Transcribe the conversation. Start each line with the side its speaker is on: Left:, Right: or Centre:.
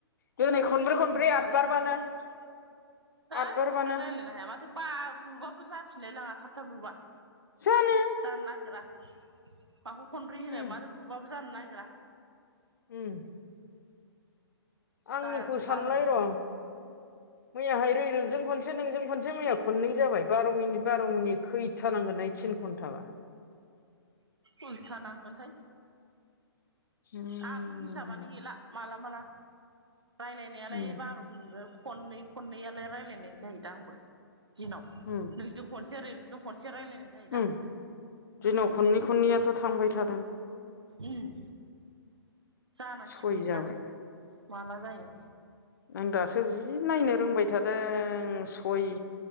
Left: दिनै खनब्रै-खनब्रै
Right: नोंसोर सानैजोंनो
Left: आदबारबानो-आतबारबानो
Right: ओइ खनब्रै रायज्लायनो हाया माथो बा बुबाबो जाफिनलाय लाङा थाबथाब बुबा,
Left: जानो
Right: जानो नागिरा माखौ खनब्रै होनो।
Left: उम
Right: मानो बुबाबो जानो नागिरा
Left: उम आंनिखौ
Right: जायाबाथाय
Left: सानलाय
Right: बालाय लाङो
Left: र' मैयाहाय रैरुबजों खनसे नोंजों खनसे मैया खनै जाबाय। बार' मिनिट बार' मिनिट खैथानांगोन तिन घन्टाबा
Right: उलथा नांगोनथाय
Left: उम
Right: आं हिसाबानो गैला माला-माला रायज्लायनायालाय
Left: उम
Right: बार' दिनैबो खननै-खननैआलाय रायजलायनाय जायो दा आंबो दिनाव
Left: उम
Right: नोंजों खनसे रैरुब खनसे रायलायनाय जायो दा
Left: ओम दिनाव खननै-खननैयाथ' थांबाय थादों।
Right: ओम जानांसिगौमोन
Left: सय जाबाय
Right: दा माला जायो।
Left: आं दासो जि नायनो रोंबाय थादों सय